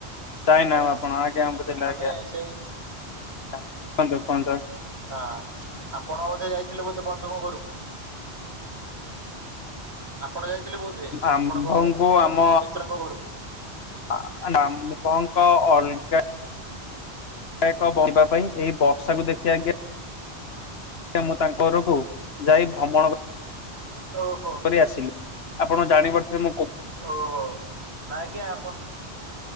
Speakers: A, on the left; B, on the right.
A: ଯାଇନା
B: ଆଜ୍ଞା
A: ଆପଣ ଆଜ୍ଞା ଆ ବୁଝେଇିଲେ
B: ଆମେ
A: ଆଜ୍ଞା
B: ସେଇ
A: କୁହନ୍ତୁ କୁହନ୍ତୁ।
B: ହଁ ଆପଣ ବୋଧେ ଯାଇଥିଲେ ବୋଧେ ବନ୍ଧୁଙ୍କ ଘରକୁ। ଆପଣ ଯାଇଥିଲେ ବୋଧ ହୁଏ
A: ଆମ୍ଭଙ୍କୁ
B: ଆପଣଙ୍କ
A: ଆମ
B: ମିତ୍ରଙ୍କ ଘରକୁ।
A: <unintelligible> <unintelligible> ପାଇଁ ଏଇ ବର୍ଷାକୁ ଦେଖି ଆଜ୍ଞା ମୁଁ ତାଙ୍କ ଘରକୁ ଯାଇ ଭ୍ରମଣ
B: ଓହୋ।
A: କରି ଆସିଲି ଆପଣ ଜାଣି ପାରୁଥିବେ ମୁଁ କ
B: ଓହୋ ନା ଆ୍ଞା ଆମ